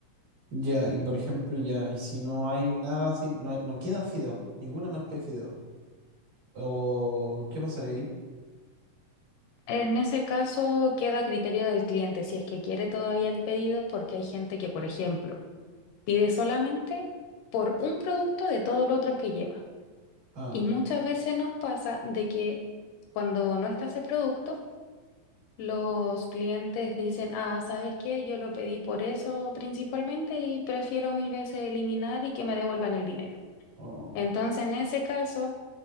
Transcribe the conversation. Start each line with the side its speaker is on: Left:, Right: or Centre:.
Right: Ya, y por ejemplo, ya, y si no hay nada así, no, hay- no queda fideo, ninguna marca de fideo. ¿O qué pasaría ahí?
Left: En ese caso queda a criterio del cliente si es que quiere todavía el pedido, porque hay gente que, por ejemplo, pide solamente por un producto de todos los otros que lleva.
Right: Ah,
Left: Y muchas veces nos pasa de que cuando no está ese producto, Los clientes dicen, ah, ¿sabes qué? Yo lo pedí por eso principalmente y prefiero mil veces eliminar y que me devuelvan el dinero.
Right: Oh,
Left: Entonces, en ese caso,